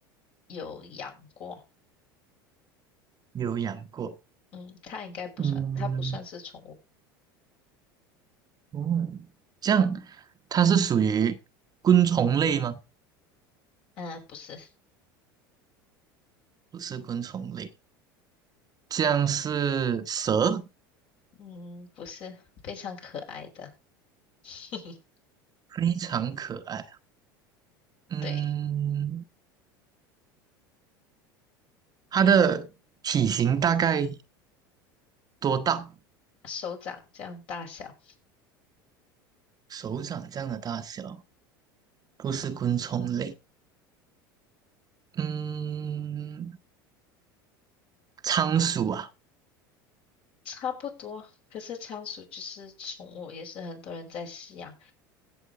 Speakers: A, on the left; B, on the right.
A: 有养过。
B: 有养过。
A: 嗯，它应该不算，
B: 嗯，
A: 它不算是宠物。
B: 哦，这样它是属于昆虫类吗？
A: 嗯、不是，
B: 不是昆虫类，这样是蛇，
A: 嗯，不是，非常可爱的。<laughs>
B: 非常可爱。嗯，
A: 对。
B: 它的体型大概多大？
A: 手掌这样大小，
B: 手掌这样的大小，不是昆虫类。嗯，仓鼠啊，
A: 差不多。可是仓鼠就是宠物，也是很多人在饲养。